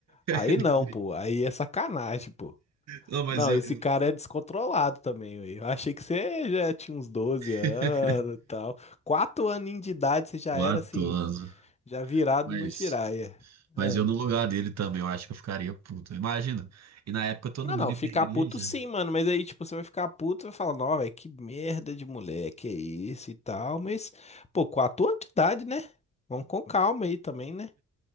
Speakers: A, on the left; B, on the right.
A: Aí
B: Ele
A: não,
B: queria-
A: pô, aí é sacanagem, pô.
B: Não, mas
A: Não,
B: eu,
A: esse
B: eu-
A: cara é descontrolado também, ué. Eu achei que você já tinha uns 12 anos
B: <laughs>
A: e tal. Quatro aninhos de idade você já
B: Quatro
A: era assim,
B: anos.
A: Já virado
B: Mas,
A: no Jiraya.
B: mas
A: Ah.
B: eu no lugar dele também, eu acho que eu ficaria puto. Imagina. E na época todo
A: Ah,
B: mundo
A: não,
B: ia
A: ficar
B: pra igreja.
A: puto sim, mano. Mas aí, tipo, você vai ficar puto e vai falar, não, velho, que merda de moleque é isso e tal. Mas, pô, com a tua idade, né? Vamos com calma aí também, né?